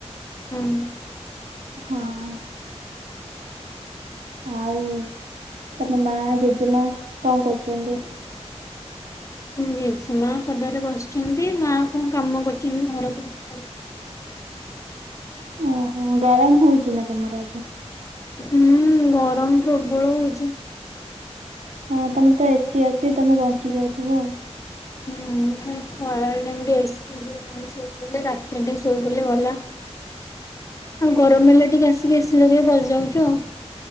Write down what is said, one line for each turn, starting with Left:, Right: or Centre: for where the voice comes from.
Left: ଉଁହୁଁ।
Right: ହଁ। ଆଉ ତମ ମାଆ, ଜେଜେମାଆ କଣ କରୁଚନ୍ତି?
Left: ଜେଜେ ମାଆ ପଦାରେ ବସିଚନ୍ତି ମା କଣ କାମ କରୁଚିନ୍ତି ଘର ଫ
Right: ଓହୋ ଗରମ ହୋଉଚି ନା ତମର ଆଜି?
Left: ହୁଁ ଗରମ ପ୍ରବଳ ହୋଉଚି।
Right: ହଁ ତମର ତ ଏ ସି ଅଛି ତମେ ବଞ୍ଚି ଯାଉଥୁବ ଆଉ।
Left: ହୁଁ ଖାଲି ଖରାବେଳ ଟାଇମରେ ଏ ସି <unintelligible> ଶୋଇପଇଲେ ରାତିରେ ଟିକେ ଶୋଇପଇଲେ ଗଲା। ଆଉ ଗରମ ହେଲେ ଟିକେ ଆସିକି ଏସି ଲଗେଇ ବସି ଯାଉଚୁ ଆଉ।